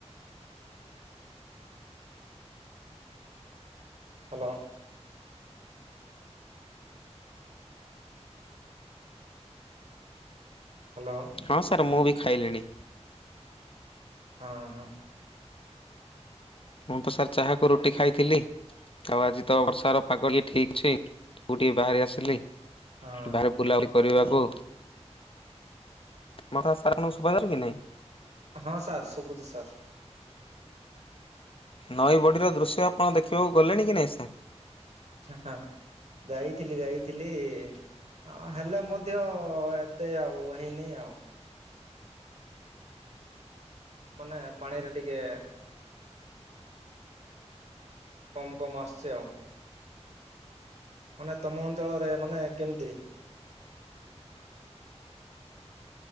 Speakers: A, on the right (about 70°); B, on the left (about 50°).
A: ହ୍ୟାଲୋ। ହ୍ୟାଲୋ।
B: ହଁ ସାର୍ ମୁଁ ବି ଖାଇଲିଣି।
A: ହଁ ହଁ।
B: ମୁଁ ତ ସାର୍ ଚାହାକୁ ରୁଟି ଖାଇଥିଲି। ଆଉ ଆଜି ତ ବର୍ଷାର ପାଗ ହି ଠିକ୍ ଅଛି ମୁଁ ଟିକେ ବାହାରି ଆସିଲି।
A: ହଁ
B: ବାରେ ବୁଲାବୁଲି କରିବାକୁ। ମୋର ସାର୍ ନୁ ସୁଭା ଯାଉନି କି ନାଇଁ।
A: ହଁ ସାର୍ ଶୁଭୁଚି ସାର୍।
B: ନଈ ବଡ଼ିର ଦୃଶ୍ୟ ଆପଣ ଦେଖିବାକୁ ଗଲେଣି କି ନାହିଁ ସାର୍।
A: ହଁ ଯାଇଥିଲି ଯାଇଥିଲି। ହଁ ହେଲେ ମଧ୍ୟ ଏତେ ଆଉ ହେଇନି ଆଉ। ମାନେ ପାଣିରେ ଟିକେ କମ୍ କମ୍ ଆସଛି ଆଉ। ମାନେ ତମ ଅଞ୍ଚଳରେ ମାନେ କେମିତି?